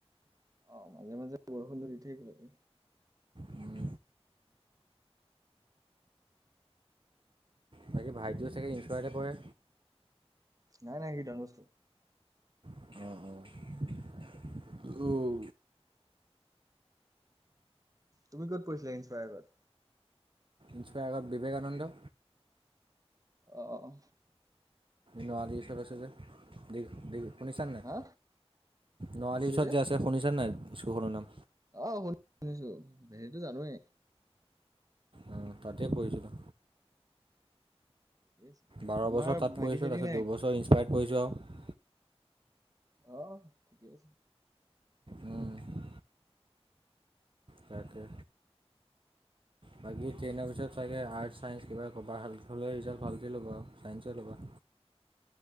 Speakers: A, on the right; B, on the right.
A: অ মাজে মাজে বৰষুণটো দি থাকিব লাগে।
B: উম, বাকী ভাইটিও চাগে ইনংলিচতে পঢ়ে।
A: নাই নাই সি ডনবোস্কত
B: অ অ উ
A: তুমি ক'ত পঢ়িছিলা ইনসপায়াৰ্কত।
B: ইন্স্পায়াৰৰ বিবেকানন্দ
A: অ অ অ
B: নোৱাৰী ওচৰত আছে যে দি শুনিছা নে নাই
A: হা
B: নোৱাৰী
A: কি কৈছে
B: ওচৰত যে আছে। শুনিছা নে নাই স্কুল খনৰ নাম।
A: অ শুনি শুনিছো হেৰিতো জানোৱেই।
B: অঁ, তাতে পঢ়িছিলোঁ
A: ঠিকে আছে
B: বাৰ
A: তোমাৰ
B: বছৰ তাত
A: ভাইটি
B: পঢ়িছোঁ,
A: চাইটি
B: তাৰপিছত
A: নাই
B: দুবছৰ ইনস্পায়ত পঢ়িছোঁ আও।
A: অহ, ঠিকেই আছে।
B: উম। তাকে
A: <unintelligible>
B: বাকী টেনৰ পিছত চাগে আৰ্টছ ছাইন্ঞ্চ কিবা ক'বা হ'লে ৰিজাল্ট ভালকে ল'বা আৰু ছাইন্সে ল'বা।